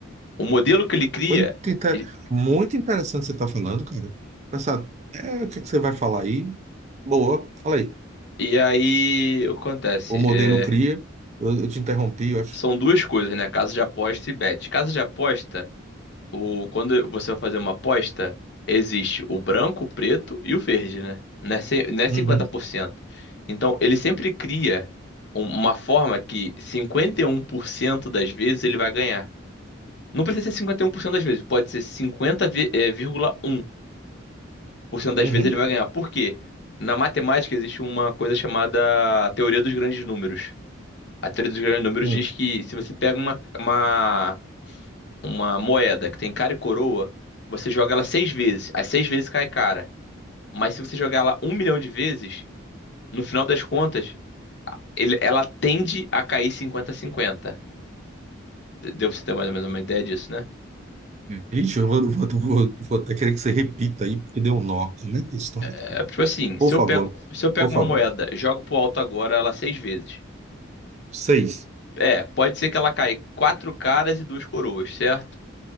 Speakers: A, on the left; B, on the right.
A: o modelo que ele cria,
B: Muito, inter-
A: e,
B: muito interessante você estar falando, cara. Pensar, é, o que é que você vai falar aí? Boa, fala aí.
A: e aí o que acontece?
B: O modelo
A: É,
B: cria. Eu, eu te interrompi, eu acho.
A: são duas coisas, né? Casa de aposta e bet. Casa de aposta, o, quando você vai fazer uma aposta, existe o branco, o preto e o verde, né? Não é, ce- não é 50%.
B: Uhum,
A: Então, ele sempre cria um- uma forma que 51% das vezes ele vai ganhar. Não precisa ser 51% das vezes, pode ser cinquenta vírgula um por cento das
B: uhum,
A: vezes ele vai ganhar. Por quê? Na matemática existe uma coisa chamada teoria dos grandes números. A teoria dos grandes números
B: uhum.
A: diz que se você pega uma, uma, uma moeda que tem cara e coroa, você joga ela seis vezes. As seis vezes cai cara. Mas se você jogar ela um milhão de vezes, no final das contas, ele- ela tende a cair cinquenta a cinquenta. Deu pra você ter mais ou menos uma ideia disso, né?
B: Vixe, eu vou, vou, vou, vou até querer que você repita aí, porque deu um nó. Como é que é a história, cara?
A: É, tipo assim, se
B: Por
A: eu
B: favor,
A: pego, se eu pego
B: por
A: uma
B: favor.
A: moeda, jogo pro alto agora ela seis vezes.
B: Seis.
A: É, pode ser que ela caia quatro caras e duas coroas, certo?